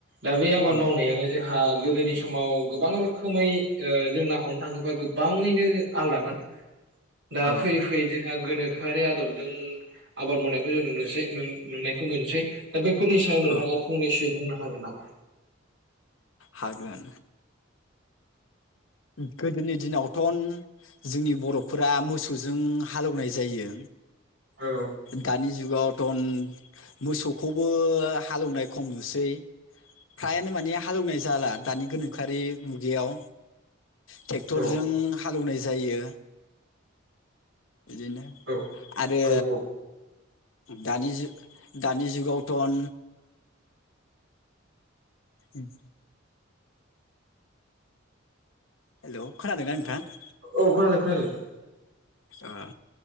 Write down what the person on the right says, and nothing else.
दा बे आबाद
मावनायानो जोहा गोदोनि समाव गोबां रोखोमै ओ जों ना हरनो थाङोबा गोबाङैनो आलदामोन। दा
फैयै फैयै जोंहा गोनो खोआरि आदबजों आबाद मावनायखौ जों नुनोसै नुनायखौ मोनसै दा बै बेफोरनि सायाव नोंथाङा
फंनैसो बुंनो हागोन नामा?
औ
औ
औ
औ औ
औ खोनादों खोनादों